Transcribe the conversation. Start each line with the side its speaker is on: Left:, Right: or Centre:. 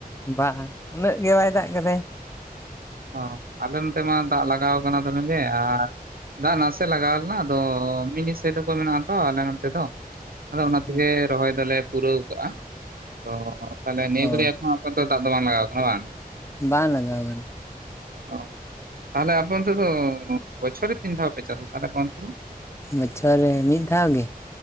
Left: ᱵᱟᱝ-ᱟ ᱩᱱᱟᱹᱜ ᱜᱮ ᱵᱟᱭ ᱫᱟᱜ ᱠᱟᱫᱟᱭ᱾
Right: ᱚᱸ ᱟᱞᱮ ᱱᱚᱱᱛᱮ ᱢᱟ ᱫᱟᱜ ᱞᱟᱜᱟᱣ ᱠᱟᱱᱟ ᱫᱚᱢᱮ ᱜᱮ ᱟᱨ ᱫᱟᱜ ᱱᱟᱥᱮ ᱞᱟᱜᱟᱣ ᱞᱮᱱᱟ ᱟᱫᱚ ᱢᱤᱱᱤ ᱥᱮᱞᱚ ᱠᱚ ᱢᱮᱱᱟᱜ ᱟ ᱛᱚ ᱟᱞᱮ ᱱᱚᱛᱮ ᱫᱚ, ᱟᱫᱚ ᱚᱱᱟ
Left: ᱦᱮᱸ
Right: ᱛᱮᱜᱮ ᱨᱚᱦᱚᱭ ᱫᱚᱞᱮ ᱯᱩᱨᱟᱹᱣ ᱠᱟᱜᱼᱟ ᱛᱚ ᱛᱟᱦᱞᱮ ᱱᱤᱭᱟᱹ
Left: ᱚ
Right: ᱜᱷᱟᱹᱲᱤᱡ ᱮᱠᱷᱚᱱ ᱚᱱᱛᱮ ᱫᱟᱜ ᱫᱚ ᱵᱟᱝ ᱞᱟᱜᱟᱣ ᱠᱟᱱᱟ ᱵᱟᱝ?
Left: ᱵᱟᱝ ᱞᱟᱜᱟᱣ ᱠᱟᱱᱟ᱾
Right: ᱚᱸ ᱛᱟᱦᱚᱞᱮ ᱟᱯᱮ ᱚᱱᱛᱮ ᱫᱚ ᱵᱚᱪᱷᱚᱨ ᱨᱮ ᱛᱤᱱ ᱫᱷᱟᱣ ᱯᱮ ᱪᱟᱥ ᱛᱟᱦᱚᱞᱮ ᱚᱱᱛᱮ ᱫᱚ?
Left: ᱵᱚᱪᱷᱚᱨ ᱨᱮ ᱢᱤᱫ ᱫᱷᱟᱣ ᱜᱮ᱾